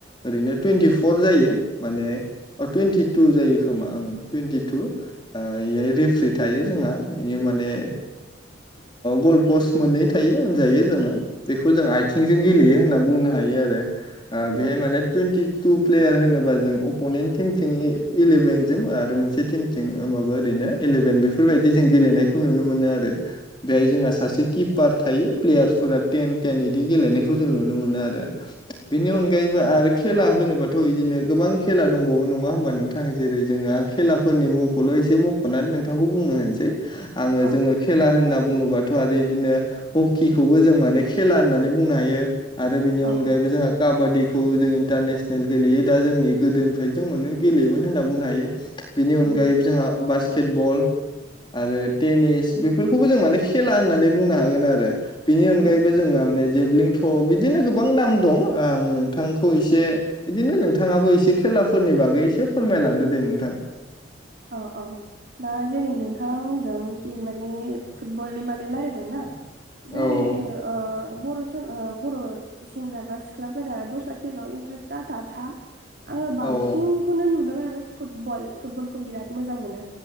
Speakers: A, on the left; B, on the right.
A: ओरैनो टुइन्टिर फर जायो माने टुइन्टि टु जायो खोमा आं टुइन्टि टु इहाय रेफ्रि थायो जोंहा बिनो माने गल पस्ट मोननै थायो होनजायो जोङो। बेखौ जों आथिंजों गेलेयो होनना बुंनो हायो आरो बेहाय
B: उम
A: माने टुइेन्टि टु प्लेयार होनोबा जों अपनेन्ट टिमथिं इलेभेन जम आरो मोनसे टिमजों जों माबा ओरैनो इलेभेन बेफोरबायदि जों गेलेनायखौ नुनो मोनो आरो। बेहाय जोंहा सासे किपार थायो प्लेयारफोरा टेन टेन बिदि गेलेनायखौ जों नुनो मोनो आरो। बेनि अनगायैबो आरो खेला होनोबाथ' बिदिनो गोबां खेला दंबावो नङा होमबा नोंथाङा जेरै जोङो आं खेलाफोरनि मुंखौल' एसे मख'नानै नोंथांखौ बुंनो होनसै आङो
B: औ
A: जोङो खेला होनना बुङोबाथ' आरो बिदिनो हकिखौबो जों माने खेला होननानै बुंनो हायो। आरो बिनि
B: औ
A: अनगायैबो जों काबादिखौ जों इन्टारनेसनेल गेलेयो दा जोंनि गोदोनिफ्राय जों मोन गेलेयोमोन होनना बुंनो हायो। बिनि अनगायैबो
B: उम
A: जोंहा बास केटबल आरो टेनिस बेफोरखौबो जों माने खेला होननानै बुंनो हागोन आरो। बेनि अनगायैबो
B: उम
A: जोंना माने जेभलिं थ' बिदिनो गोबां नाम दं आं नोंथांखौ एसे बिदिनो नोंथाङाबो एसे खेलाफोरनि बागै एसे फोरमायलांदो दे नोंथां।
B: अ अ। दा जेरै नोंथाङा बुंदों कि माने फुटबलनि बागै रायज्लायदों ना।
A: औ
B: जोंनि बर' बर' सेंग्रा बा सिख्लाफोरा दस्रा खेलाव इन्ट्रेस्टा थ था। आङो
A: औ
B: बांसिनखौनो नुदों आरो फुटबल फुटबलखौ बिराद मोजां मोनो।